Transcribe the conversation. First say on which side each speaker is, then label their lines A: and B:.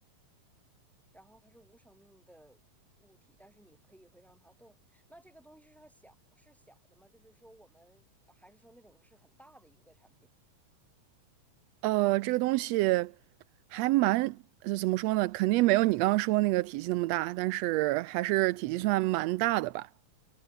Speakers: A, in the centre; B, on the right.
A: 然后它是无生命的物体，但是你可以会让它动。那这个东西是它小是小的吗？就是说我们还是说那种是很大的一个产品？
B: 呃，这个东西还蛮，就怎么说呢，肯定没有你刚刚说那个体积那么大，但是还是体积算蛮大的吧。